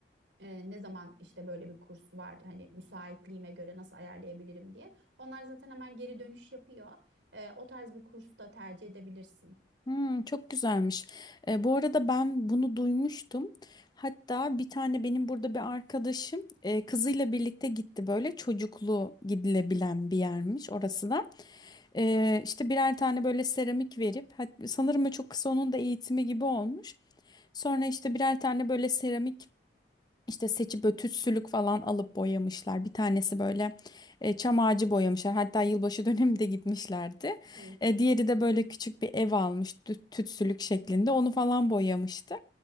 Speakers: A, on the right; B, on the left.
A: e, ne zaman işte böyle bir kurs var hani müsaitliğime göre nasıl ayarlayabilirim diye. Onlar zaten hemen geri dönüş yapıyor. E, o tarz bir kurs da tercih edebilirsin.
B: Hmm, çok güzelmiş. E, bu arada ben bunu duymuştum. Hatta bir tane benim burada bir arkadaşım e, kızıyla birlikte gitti böyle çocuklu gidilebilen bir yermiş orası da. E, işte birer tane böyle seramik verip hat- sanırım o çok kısa onun da eğitimi gibi olmuş. Sonra işte birer tane böyle seramik işte seçip böyle tütsülük falan alıp boyamışlar. Bir tanesi böyle e, çam ağacı boyamışlar. Hatta yılbaşı <laughs> döneminde gitmişlerdi.
A: Hı
B: E,
A: hı.
B: diğeri de böyle küçük bir ev almış tü- tütsülük şeklinde. Onu falan boyamıştı.